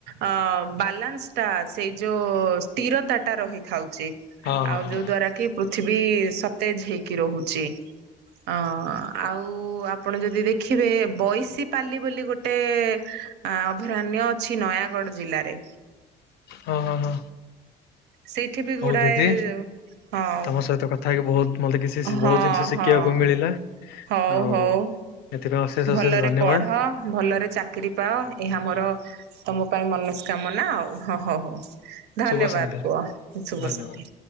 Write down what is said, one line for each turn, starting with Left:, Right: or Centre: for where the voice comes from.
Right: ଅ ବାଲାନ୍ସ ଟା ସେଇ ଯୋଉ ସ୍ଥିରତା ଟା ରହିଥାଉଛି।
Left: ହଁ ହଁ
Right: ଆଉ
Left: ହଁ
Right: ଯୋଉ ଦ୍ଵାରା କି ପୃ ଥିବି ସତେଜ ହେଇକି ରହୁଛି ଅ-ଅ-ଆଉ ଆପଣ ଯଦି ଦେଖିବେ ବଇଶପାଲି ବୋଲି ଗୋଟେ ଅଭୟାରଣ ଅଛି ନୟାଗଡ ଜିଲ୍ଲାରେ।
Left: ହଁ ହଁ ହଁ
Right: ସେଇଠି ବି
Left: ହଉ
Right: ଗୁଡାଏ
Left: ଦିଦି,
Right: ହଁ
Left: ତମ ସହିତ କଥା ହେଇକି ବହୁତ ମତେ କିଛି ଶି
Right: ହଁ
Left: ବହୁତ ଜିନିଷ ଶିଖିବାକୁ
Right: ହଁ
Left: ମିଳିଲା।
Right: ହଉ
Left: ଆଉ
Right: ହଉ
Left: ଏଥିପାଇଁ ଅଶେଷ
Right: ଭଲରେ
Left: ଅଶେଷ ଧନ୍ୟବାଦ
Right: ପଢ ଭଲରେ ଚାକିରି ପାଅ। ଏହା ମୋର ତମ ପାଇଁ ମନସ୍କାମନା ଆଉ ହଁ ହ ହଉ। ଧନ୍ୟବାଦ
Left: ଶୁଭ ସନ୍ଧ୍ୟା
Right: କୁହ ଶୁଭ
Left: ଧନ୍ୟବାଦ।
Right: ସନ୍ଧ୍ୟା।